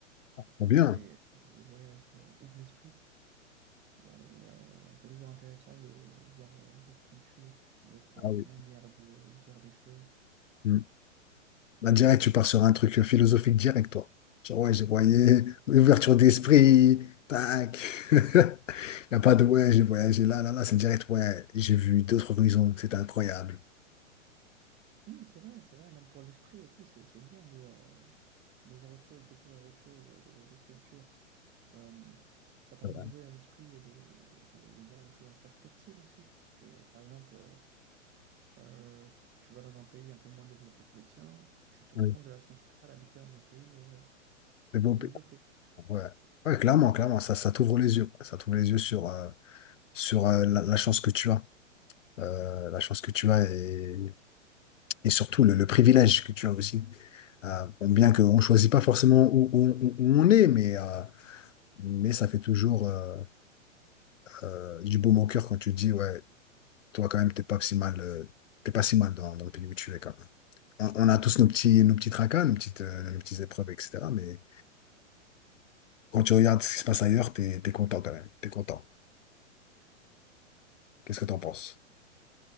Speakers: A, on the right (about 30°); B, on the left (about 75°).
A: Je pense
B: Ou bien?
A: que les, les voyages euh, ouvrent l'esprit. Ouais, et, euh, c'est toujours intéressant de voir euh, d'autres cultures, d'autres
B: Ah
A: euh,
B: oui.
A: manières de voir les choses,
B: Hmm. Là, direct,
A: d'autres...
B: tu pars sur un truc philosophique direct, toi. Genre, ouais, j'ai
A: euh,
B: voyagé,
A: oui, oui, non, mais
B: ouverture
A: clairement,
B: d'esprit,
A: non, mais c'est vrai, c'est
B: tac. <laughs> Il n'y a pas de ouais, j'ai voyagé là, là, là, c'est direct, ouais, j'ai vu d'autres horizons, c'était incroyable.
A: Hum, c'est vrai, c'est vrai, même pour l'esprit et tout, c'est c'est bien de, euh, de voir autre chose, découvrir autre chose, euh, découvrir d'autres cultures. Euh, ça permet
B: C'est vrai.
A: d'ouvrir l'esprit et de, de, de voir les choses en perspective aussi. Si tu veux, par exemple... euh, Euh, tu vas dans un pays un peu moins développé que le tien, tu te rends
B: Ouais.
A: compte de la chance que tu as d'habiter dans un pays euh,
B: Développé.
A: plus développé.
B: Ouais. Ouais, clairement,
A: tu vois.
B: clairement, ça, ça t'ouvre les yeux. quoi. Ça t'ouvre les yeux sur, euh, sur euh, la, la chance que tu as. Euh, la chance que tu as et, et surtout le, le privilège que tu as aussi. Euh, bon, bien qu'on ne choisit pas forcément où, où- où- où on est, mais, euh, mais ça fait toujours euh, euh, du baume au cœur quand tu te dis, ouais, toi quand même, t'es pas si mal, euh, t'es pas si mal dans, dans le pays où tu es quand même. On, on a tous nos petits, nos petits tracas, nos petites, euh, nos petites épreuves, etc. Mais quand tu regardes ce qui se passe ailleurs, t'es, t'es content quand même. T'es content. Qu'est-ce que t'en penses?